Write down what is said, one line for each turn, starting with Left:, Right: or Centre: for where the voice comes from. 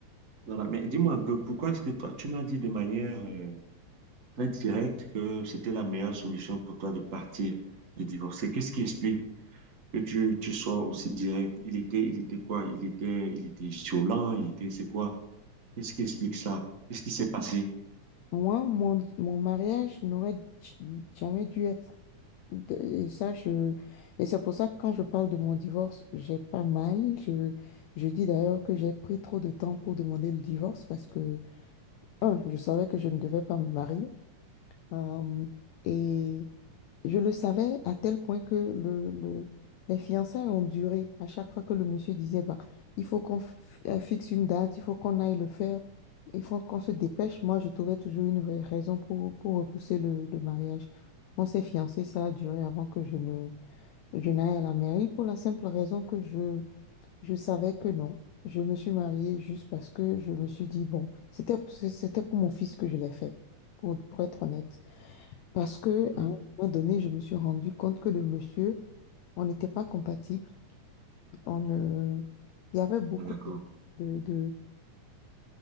Right: Voilà. Mais dis-moi un peu, pourquoi est-ce que toi, tu m'as dit de manière euh, très directe que c'était la meilleure solution pour toi de partir, de divorcer? Qu'est-ce qui explique que tu, tu sois aussi direct? Il était, il était quoi? Il était, il était violent, il était, c'est quoi? Qu'est-ce qui explique ça? Qu'est-ce qui s'est passé?
Left: Moi, mon, mon mariage n'aurait j- jamais dû être de- Et ça, je... Et c'est pour ça que quand je parle de mon divorce, j'ai pas mal. Je, je dis d'ailleurs que j'ai pris trop de temps pour demander le divorce parce que, un, je savais que je ne devais pas me marier. Euh, et je le savais à tel point que le, le- les fiançailles ont duré. À chaque fois que le monsieur disait, bah, il faut qu'on f- euh, fixe une date, il faut qu'on aille le faire, il faut qu'on se dépêche, moi, je trouvais toujours une ra- raison pour, pour repousser le, le mariage. On s'est fiancés, ça a duré avant que je ne, je n'aille à la mairie pour la simple raison que je, je savais que non. Je me suis mariée juste parce que je me suis dit, bon, c'était, c'était pour mon fils que je l'ai fait, pour, pour être honnête. Parce que,
Right: Mm.
Left: à un moment donné, je me suis rendu compte que le monsieur, on n'était pas compatible. On, ne- il y avait beaucoup
Right: Ah, d'accord.
Left: de, de,